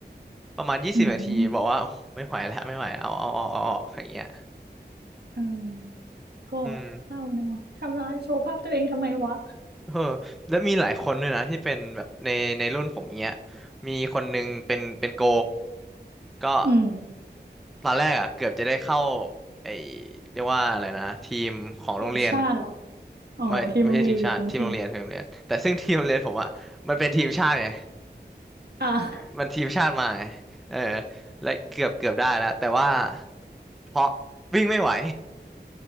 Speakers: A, in the centre; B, on the right (about 65°).
A: ประมาณยี่สิบนาทีบอกว่าโอ้ไม่ไหวแล้วไม่ไหวเอาเอาเอาเอาออกอย่างเงี้ย
B: <laughs> อืมเออก็
A: อืม
B: เศร้าเนอะทำร้ายโชว์ภาพตัวเองทำไมวะ
A: เออแล้วมีหลายคนด้วยนะที่เป็นแบบในในรุ่นผมเงี้ยมีคนนึงเป็นเป็นโก ก็
B: อืม
A: ตอนแรกอ่ะเกือบจะได้เข้าไอเรียกว่าอะไรนะทีมของโรงเรียน
B: เพลงชาติเหรอ อ๋อทีมโรงเรียนทีม
A: ไม่ไม่ใช่ทีมชาติทีมโรงเรียนทีมโรงเรียนแต่ซึ่งทีมโรงเรียนผมอ่ะมันเป็นทีมชาติไง
B: อ่ะ
A: มันทีมชาติมาไงเออและเกือบเกือบได้แล้วแต่ว่าเพราะวิ่งไม่ไหว